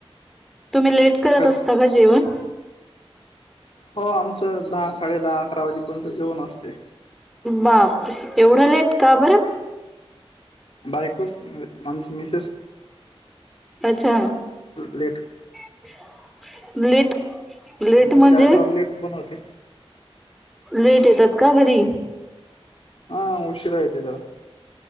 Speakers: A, in the centre; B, on the left.
A: तुम्ही लेट करत
B: कस
A: असता का जेवण?
B: हो आमचं दहा साडे दहा अकरा वाजेपर्यंत जेवण असते.
A: बापरे, एवढं लेट का बरं?
B: बाईको आमची मिसेस.
A: अच्छा.
B: लेट.
A: <unintelligible>
B: मग
A: म्हणजे
B: ती आल्यावर लेट बनवते.
A: लेट येतात का घरी.?
B: हा उशीरा येते जरा.